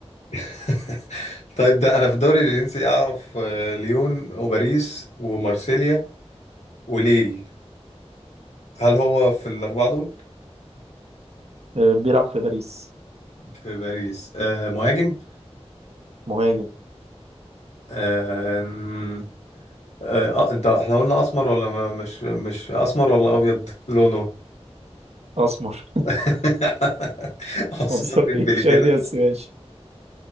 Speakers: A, on the left; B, on the right.
A: <laughs> طيب ده انا في الدوري الفرنسي اعرف آه، ليون وباريس ومارسيليا وليل هل هو في الاربعه دول
B: آه، بيلعب في باريس
A: في باريس آه مهاجم
B: مهاجم
A: آه آم، آه آه، انت احنا قلنا اسمر ولا ما- مش مش اسمر ولا ابيض لونه
B: أسمر
A: <laughs>
B: <laughs>
A: عثمان
B: عنصري
A: ديمبلي
B: شادي
A: كده
B: بس ماشي